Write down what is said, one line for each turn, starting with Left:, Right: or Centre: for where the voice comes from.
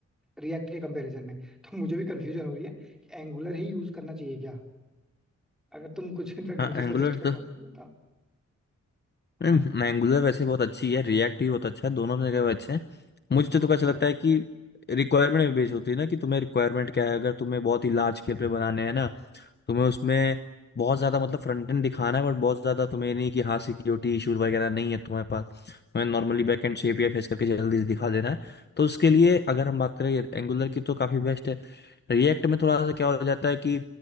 Centre: रिएक्ट के कंपैरिजन में <laughs> तो मुझे भी कंफ्यूजन हो रही है कि एंगुलर ही यूज करना चाहिए क्या अगर तुम कुछ <laughs> इनफैक्ट
Left: हाँ
Centre: मुझे सजेस्ट
Left: एंगुलर
Centre: कर पाओ तो मुझे बताओ हाँ
Left: नहीं एंगुलर वैसे बहुत अच्छी है रिएक्ट भी बहुत अच्छा है दोनों जगह वो अच्छे हैं मुझे तो तो ऐसा लगता है कि रिक्वायरमेंट में बेस होती है ना कि तुम्हें रिक्वायरमेंट क्या है अगर तुम्हें बहुत ही लार्ज स्केल पे बनाने हैं ना तुम्हें उसमें बहुत ज्यादा मतलब फ्रंट एंड दिखाना है बट बहुत ज्यादा तुम्हें नहीं कि हाँ सिक्योरिटी इशू वगैरह नहीं है तुम्हारे पास तुम्हें नॉर्मली बैक एंड से एपीआई फेस करके जल्दी से दिखा देना है तो उसके लिए अगर हम बात करें एंगुलर की तो काफी बेस्ट है रिएक्ट में थोड़ा सा क्या हो जाता है कि